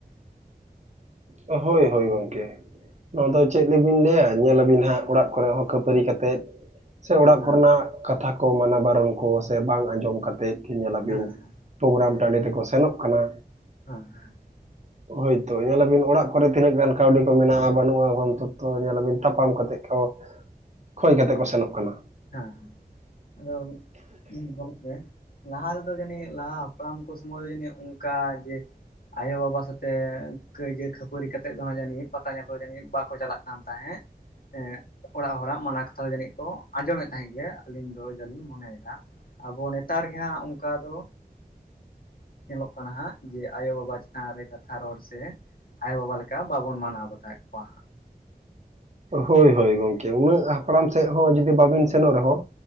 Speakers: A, on the right; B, on the left.
A: ᱦᱳᱭ ᱦᱳᱭ ᱜᱚᱢᱠᱮ ᱱᱚᱣᱟ ᱫᱚ ᱪᱮᱫ ᱜᱮᱵᱤᱱ ᱞᱟᱹᱭᱟ ᱧᱮᱞ ᱟᱵᱤᱱ ᱦᱟᱸᱜ ᱚᱲᱟᱜ ᱠᱚᱨᱮ ᱦᱚᱸ ᱠᱷᱟᱹᱯᱟᱹᱨᱤ ᱠᱟᱛᱮᱜ ᱥᱮ ᱚᱲᱟᱜ
B: ᱦᱮᱸ
A: ᱠᱚᱨᱮᱱᱟᱜ ᱠᱟᱛᱷᱟ ᱠᱚ ᱢᱟᱱᱟ ᱵᱟᱨᱚᱱ ᱠᱚ ᱥᱮ ᱵᱟᱝ ᱟᱸᱡᱚᱢ ᱠᱟᱛᱮᱫ ᱧᱮᱞᱟᱵᱤᱱ
B: ᱦᱮᱸ
A: ᱯᱳᱜᱨᱟᱢ
B: ᱦᱮᱸ
A: ᱴᱟᱺᱰᱤ ᱛᱮᱠᱚ ᱥᱮᱱᱚᱜ ᱠᱟᱱᱟ᱾
B: <unintelligible>
A: ᱦᱳᱭᱛᱚ ᱧᱮᱞᱟᱵᱤᱱ ᱚᱲᱟᱜ ᱠᱚᱨᱮ ᱛᱤᱱᱟᱹᱜ ᱜᱟᱱ ᱠᱟᱹᱣᱰᱤ ᱠᱚ ᱢᱮᱱᱟᱜᱼᱟ ᱵᱟᱹᱱᱩᱜᱼᱟ ᱜᱷᱚᱱ ᱛᱚᱛᱛᱚ ᱧᱮᱞ ᱟᱵᱤᱱ ᱛᱟᱯᱟᱢ ᱠᱟᱛᱮᱫ ᱠᱚ ᱠᱷᱚᱭ ᱠᱟᱛᱮ ᱠᱚ ᱥᱮᱱᱚᱜ ᱠᱟᱱᱟ᱾
B: ᱦᱮᱸ ᱦᱮᱸ ᱟᱫᱚ ᱤᱧ ᱜᱚᱢᱠᱮ ᱞᱟᱦᱟ ᱨᱮᱫᱚ ᱡᱟᱹᱱᱤᱡ ᱞᱟᱦᱟ ᱦᱟᱯᱲᱟᱢ ᱠᱚ ᱥᱚᱢᱚᱭ ᱫᱚ ᱡᱟᱹᱱᱤᱡ ᱚᱱᱠᱟ ᱡᱮ ᱟᱭᱳᱼᱵᱟᱵᱟ ᱥᱟᱛᱮ ᱠᱟᱹᱭᱡᱟᱹ ᱠᱷᱟᱹᱯᱟᱹᱨᱤ ᱠᱟᱛᱮᱜ ᱫᱚ ᱦᱟᱸᱜ ᱡᱟᱹᱱᱤᱡ ᱯᱟᱛᱟ ᱧᱮᱞ ᱠᱚᱫᱚ ᱡᱟᱹᱱᱤᱡ ᱵᱟᱠᱚ ᱪᱟᱞᱟᱜ ᱠᱟᱱ ᱛᱟᱦᱮᱸᱫ ᱮᱜ ᱚᱲᱟᱜ ᱦᱚᱲᱟᱜ ᱢᱟᱱᱟ ᱠᱟᱛᱷᱟ ᱡᱟᱹᱱᱤᱡ ᱠᱚ ᱟᱸᱡᱚᱢᱮᱫ ᱛᱟᱦᱮᱸᱫ ᱜᱮ ᱟᱹᱞᱤᱧ ᱫᱚ ᱡᱟᱞᱤᱧ ᱢᱚᱱᱮᱭᱫᱟ᱾ ᱟᱵᱚ ᱱᱮᱛᱟᱨ ᱜᱮ ᱦᱟᱸᱜ ᱚᱱᱠᱟ ᱫᱚ ᱧᱮᱞᱚᱜ ᱠᱟᱱᱟ ᱦᱟᱸᱜ ᱡᱮ ᱟᱭᱳᱼᱵᱟᱵᱟ ᱪᱮᱛᱟᱱ ᱨᱮ ᱠᱟᱛᱷᱟ ᱨᱚᱲ ᱥᱮ ᱟᱭᱳ ᱵᱟᱵᱟ ᱞᱮᱠᱟ ᱵᱟᱵᱚᱱ ᱢᱟᱱᱟᱣ ᱵᱟᱛᱟᱣᱮᱫ ᱠᱚᱣᱟ ᱦᱟᱸᱜ᱾
A: ᱦᱳᱭ ᱦᱳᱭ ᱜᱚᱢᱠᱮ ᱩᱱᱟᱹᱜ ᱦᱟᱯᱲᱟᱢ ᱥᱮᱫ ᱦᱚᱸ ᱡᱩᱫᱤ ᱵᱟᱵᱤᱱ ᱥᱮᱱᱚᱜ ᱨᱮᱦᱚᱸ